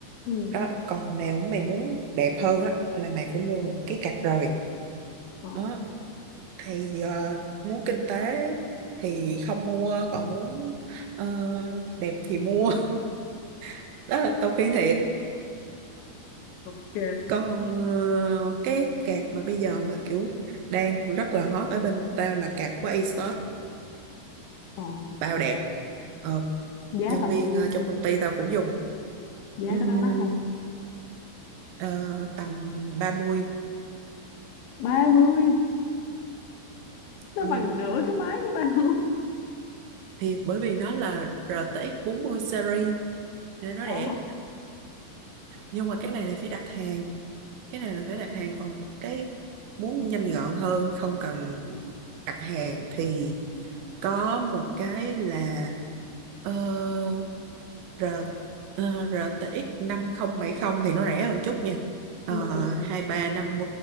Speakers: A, on the left; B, on the right.
A: ừ
B: đó còn nếu mày muốn đẹp hơn á là mày phải mua một cái card rồi
A: ờ
B: đó thì ờ, muốn kinh tế thì không mua còn muốn ờ, đẹp thì mua <laughs> đó là tao khuyên thiệt
A: ok
B: còn ờ, cái card mà bây giờ mà kiểu đang rất là hot ở bên tao là card của ASOS
A: ờ
B: bao đẹp Ờ,
A: giá
B: nhân
A: tầm
B: viên
A: bao nhiêu
B: ờ, trong công ty tao cũng dùng
A: giá
B: Ừm,
A: có đó mắc không
B: ờ, tầm 30
A: 30, nó
B: ừ.
A: bằng nửa cái máy của tao luôn
B: thiệt bởi vì nó là RTX 40 series nên nó
A: ờ
B: đẹp nhưng mà cái này là phải đặt hàng cái này là phải đặt hàng còn một cái muốn nhanh gọn hơn không cần đặt hàng thì có một cái là ờ, R, ờ, RTX 5070 thì nó rẻ hơn chút nha
A: ừ,
B: uh,
A: ừ.
B: 2350